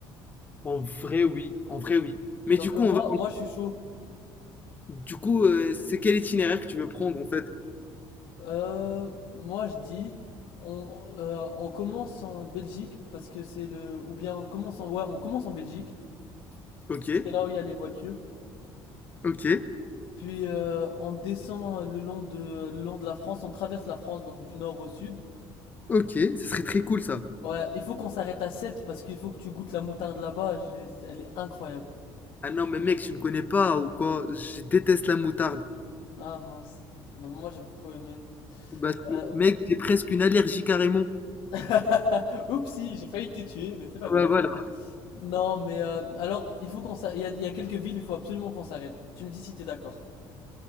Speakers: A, on the left (about 20°); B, on the left (about 55°).
A: En vrai, oui. En vrai, oui.
B: Donc
A: Mais du coup,
B: euh, moi,
A: on va...
B: moi, je suis chaud.
A: Du coup, euh, c'est quel itinéraire que tu veux prendre, en fait?
B: Euh, moi je dis on, euh, on commence en Belgique parce que c'est le ou bien on commence en ouais on commence en Belgique
A: Ok
B: parce que c'est là où il y a les voitures.
A: ok
B: Puis euh, on descend le long de le long de la France, on traverse la France donc du nord au sud.
A: Ok, ce serait très cool, ça.
B: Ouais, il faut qu'on s'arrête à Sète parce qu'il faut que tu goûtes la moutarde là-bas, j'ai- c'est- elle est incroyable.
A: Ah non, mais mec, tu me connais pas ou quoi? Je déteste la moutarde.
B: Ah mince. Bah, moi j'ai beaucoup aimé.
A: Bah, ce-
B: Euh,
A: mec, j'ai presque une allergie carrément.
B: <laughs> Oupsie, j'ai failli te tuer mais c'est pas grave.
A: Bah voilà.
B: Non mais euh, alors il faut qu'on s'arrête, il y a, il y a quelques villes, il faut absolument qu'on s'arrête. Tu me dis si t'es d'accord.